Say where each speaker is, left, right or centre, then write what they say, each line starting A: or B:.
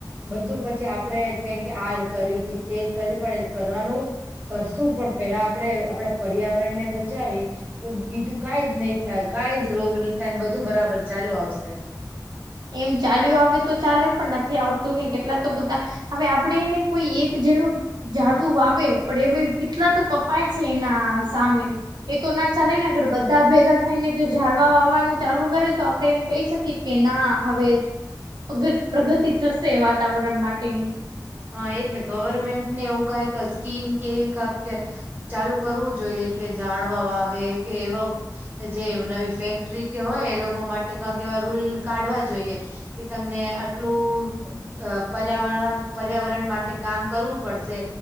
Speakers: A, on the right; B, on the right.
A: બધું પછી આપણે કઈ કે આ કરી કે તે કરી પણ કરવાનું કરશું પણ પેલા આપણે આપણા પર્યાવરણ ને બચાવી તો બીજું કઈ જ નહી થાય કઈ જ રોગ નહી થાય બધું બરાબર ચાલુ આવશે.
B: એમ ચાલ્યું આવે તો ચાલે પણ નથી આવતું ને કેટલા તો બધા હવે આપણેે એને કોઈ એક જે નું જાડવુ વાવે પણ એ કેટલા તો કપાય છે એના સામે. એ તો ના ચાલે ને અગર બધા ભેગા થાય ને જો જાળવા વાવાનું ચાલુ કરે તો આપડે એમ કહી શકીએ કે ના હવે પ્રગતિ પ્રગતિ થશે વાતાવરણ માટેની
A: હા એજ ને ગવર્મેન્ટ ને એવું કઈક સ્કીમ કે કાઇક ચાલુ કરવું જોઈએ કે જાળવા વાવે કે એવા કે જે નવી ફેક્ટરી કે હોય એ લોકો માટે કાઇક એવા રૂલ કાઢવા જોઈએ કે તમને આટલું અ પર્યાવરણ પર્યાવરણ માટે કામ કરવું પડશે